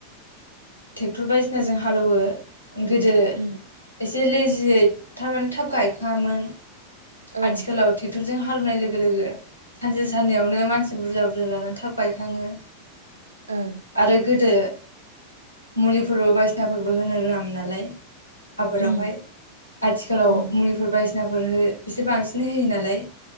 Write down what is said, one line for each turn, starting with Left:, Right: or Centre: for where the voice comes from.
Left: ट्रेक्टर बायदिसिना जों हालौवो गोदो एसे
Right: उम
Left: से लेजियै थारमाने थाब गायखाङामोन
Right: ओं
Left: आथिखााल ट्रेकटरजों जों हालेवनाय लोगो लोगो सानसे साननैयावनो मानसि बुरजायाव बुरजा लानानै थाब गायखाङो
Right: ओं
Left: आरो गोदो मुलिफोरबो बायदिसिनाफोरबो होनो रोङामोन नालाय आबादावहाय
Right: उम
Left: आथिखालाव
Right: उम
Left: मुलिफोर बाय <inaudible> एसे बांसिन होयो नालाय।